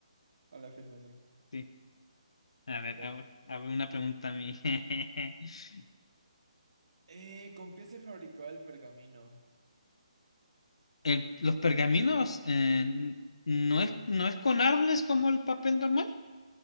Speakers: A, on the right; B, on the left.
A: a la firma, sí.
B: Sí. A
A: A
B: ver,
A: ver.
B: ahora, a ver una pregunta a mí. <laughs>
A: Eh, ¿con qué se fabricaba el pergamino?
B: El- los pergaminos eh, no es, no es con árboles como el papel normal.